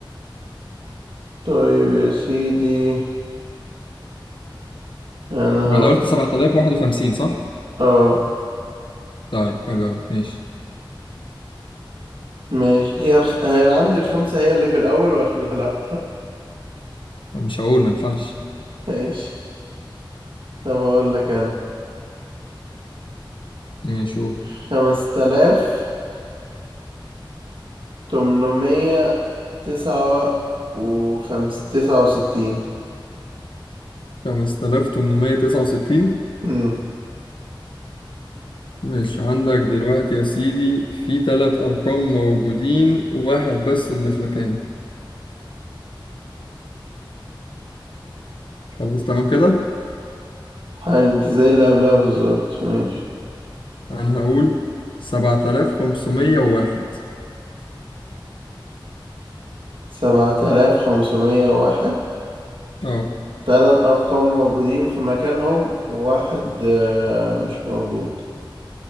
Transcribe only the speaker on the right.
طيب يا سيدي انا
ه...
اه
ماشي هي الخ... هي عندي الخمسة هي اللي في الأول ولا لأ <laughs>
ماشي طب أقول لك أنا
خمسة آلاف تمنمية تسعة وخمس تسعة وستين
مم.
حل دي زي اللي قبلها بالظبط ماشي
سبعة آلاف خمسمية واحد
تلات أرقام موجودين في مكانهم وواحد آه، مش موجود